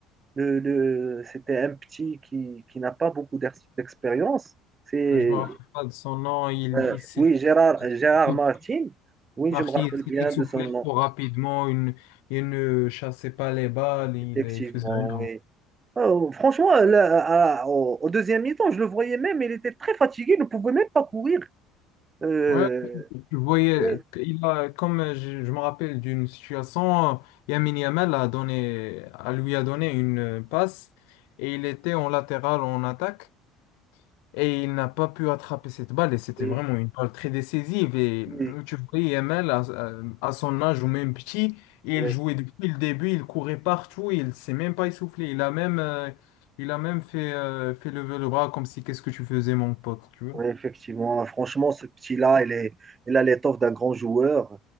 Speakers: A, on the right; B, on the left.
A: Le- le- c'était un petit qui, qui n'a pas beaucoup d'ex- d'expérience. C'est,
B: Euh, Je me rappelle pas de son nom. Il,
A: euh,
B: il s'est
A: oui, Gérard, Gérard
B: essoufflé.
A: Martin. Oui,
B: Martin,
A: je me rappelle
B: il s'est
A: bien
B: essoufflé
A: de son nom,
B: trop rapidement. Il, il ne chassait pas les balles. Il,
A: effectivement,
B: il faisait rien.
A: oui. Euh, franchement, là, à- au, au deuxième mi-temps, je le voyais même, il était très fatigué, il ne pouvait même pas courir. Euh,
B: Ouais, tu voyais,
A: oui,
B: il a, comme je, je me rappelle d'une situation, Yamin Yamal a donné, a, lui a donné une passe et il était en latéral en attaque. Et il n'a pas pu attraper cette balle et c'était
A: oui,
B: vraiment une balle très décisive. Et
A: oui.
B: euh, tu vois, Yamal, à, à- son âge ou même petit, il
A: oui.
B: jouait depuis le début, il courait partout, il ne s'est même pas essoufflé. Il a même, euh, il a même fait, euh, fait lever le bras comme si qu'est-ce que tu faisais, mon pote, tu vois.
A: Oui, effectivement. Franchement, ce petit-là, il est, il a l'étoffe d'un grand joueur.